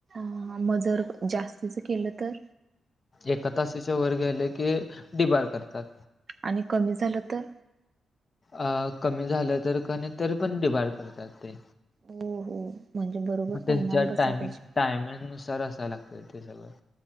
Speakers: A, on the right; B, on the left.
A: हा म जर जास्तीचं केलं तर?
B: एका तासाच्या वर गेले की डीबार करतात.
A: आणि कमी झालं तर?
B: अ कमी झालं तर क नाही तरी पण डिबारड करतात ते.
A: हो हो म्हणजे बरोबर
B: मग त्यांच्या
A: टायमान बसाय
B: टायमिंग
A: पाहिजे.
B: टायमिंग नुसार असाय लागतंय ते सगळं.